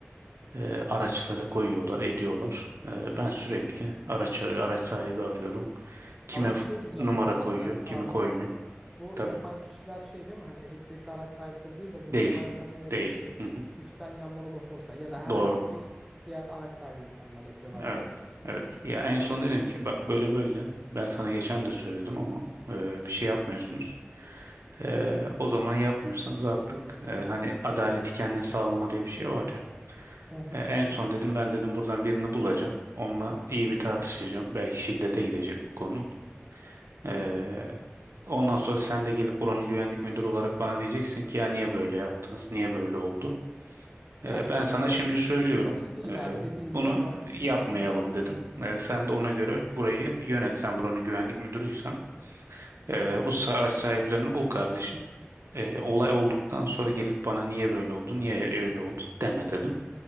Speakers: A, on the right; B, in the centre.
A: e, araçları koyuyorlar, ediyorlar. E, ben sürekli araç arı- araç sahibi arıyorum. Kime
B: Ama
A: f-
B: bir şey diyeceğim
A: numara
B: bu arada
A: koyuyor,
B: bir dakika
A: kimi
B: pardon.
A: koymuyor.
B: Bu
A: Tabii.
B: yapan kişiler şey değil mi? Hani elektrikli araç sahipleri değil de bunu
A: Değil.
B: koyanlar yine
A: Değil.
B: de şey
A: Hı hı.
B: içten yanmalı motorsa ya da herhangi
A: Doğru.
B: bir diğer araç sahibi insanlar yapıyorlar
A: Evet.
B: bunu.
A: Evet. Ya en
B: Tamam.
A: son dedim ki bak böyle böyle. Ben sana geçen de söyledim ama e, bir şey yapmıyorsunuz. E, o zaman yapmıyorsanız artık e, hani adaleti kendin sağlama diye bir şey var ya.
B: Hı hı.
A: E, en son dedim ben dedim buradan birini bulacağım. Onunla iyi bir tartışacağım. Belki şiddete gidecek bu konu. E, ondan sonra sen de gelip buranın güvenlik müdürü olarak bana diyeceksin ki ya niye böyle yaptınız? Niye böyle oldu? Ee,
B: Ya şiddet
A: ben sana şimdi söylüyorum.
B: iyi değil
A: Ee,
B: abi dediğin gibi
A: bunu
B: ama
A: yapmayalım
B: hı hı.
A: dedim. Ee, sen de ona göre burayı yönet. Sen buranın güvenlik müdürüysen. Ee,
B: Evet.
A: bu araç sahiplerini bul kardeşim. Ee, olay olduktan sonra gelip bana niye böyle oldu, niye öyle oldu deme dedim.